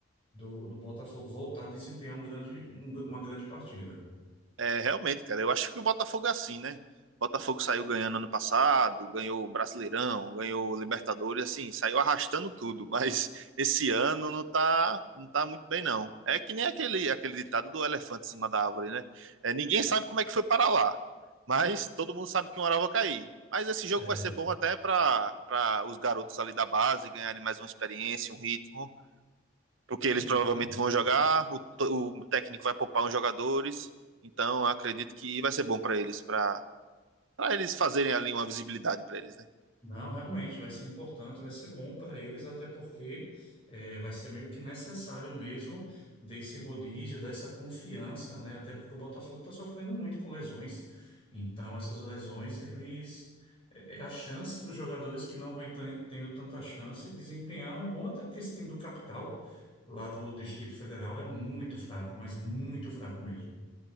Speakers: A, on the left (about 25°); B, on the right (about 70°).
A: do, do Botafogo voltar a desempenhar um grande, um- gr- uma grande partida.
B: É, realmente, cara. Eu acho que o Botafogo é assim, né? Botafogo saiu ganhando ano passado, ganhou o Brasileirão, ganhou o Libertadores, assim, saiu arrastando tudo, <laughs> mas esse ano não tá, não tá muito bem, não. É que nem aquele, aquele ditado do elefante em cima da árvore, né? É, ninguém sabe como é que foi para lá, mas todo mundo sabe que uma hora vai cair. Mas esse jogo
A: É,
B: vai ser bom até para para os garotos ali da base ganharem mais uma experiência, um ritmo. Porque eles
A: Isso.
B: provavelmente vão jogar, o, o técnico vai poupar uns jogadores, então eu acredito que vai ser bom para eles, para eles fazerem ali uma visibilidade para eles, né?
A: Não, realmente vai ser importante, vai ser bom para eles, até porque eh, vai ser meio que necessário mesmo desse rodízio, dessa confiança, né? Até porque o Botafogo está sofrendo muito com lesões. Então, essas lesões, eles é é a chance dos jogadores que não vêm tan- tendo tanta chance de desempenhar um bom, até porque esse time do capital, lá do Distrito Federal, é muito fraco, mas muito fraco mesmo.